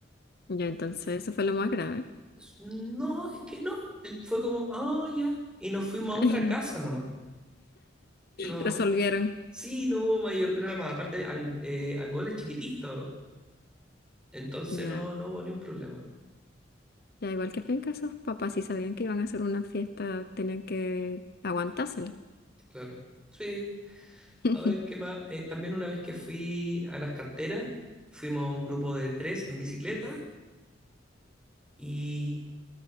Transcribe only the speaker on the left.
Ya entonces
eso fue lo más grave.
<laughs>
Resolvieron.
Ya.
Ya igual que penca, esos papás si sabían que iban a hacer una fiesta, tenían que aguantársela.
<laughs>